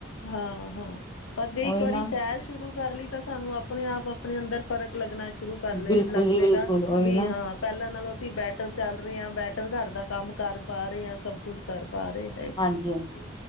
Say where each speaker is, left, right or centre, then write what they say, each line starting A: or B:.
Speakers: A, on the left; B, on the left.
A: ਹਾਂ-ਹਾਂ, ਪਰ ਜੇ
B: ਉਹੀ
A: ਇੱਕ ਵਾਰੀ
B: ਨਾ
A: ਸੈਰ ਸ਼ੁਰੂ ਕਰਲੀ ਤਾਂ ਸਾਨੂੰ ਆਪਣੇ ਆਪ ਆਪਣੇ ਅੰਦਰ ਫ਼ਰਕ ਲੱਗਣਾ ਸ਼ੁਰੂ ਕਰਲੇ
B: ਬਿਲਕੁਲ
A: ਲੱਗ
B: ਜੀ
A: ਜੇਗਾ
B: ਬਿਲਕੁਲ ਉਹੀ
A: ਵੀ
B: ਨਾ
A: ਹਾਂ ਪਹਿਲਾਂ ਨਾਲੋਂ ਅਸੀ ਬੈਟਰ ਚੱਲ ਰੇ ਆ। ਬੈਟਰ ਘਰ ਦਾ ਕੰਮ ਕਰ ਪਾ ਰੇ ਆ। ਸਭ ਕੁਝ ਕਰ ਪਾ ਰੇ ਆ।
B: ਹਾਂਜੀ- ਹਾਂਜੀ।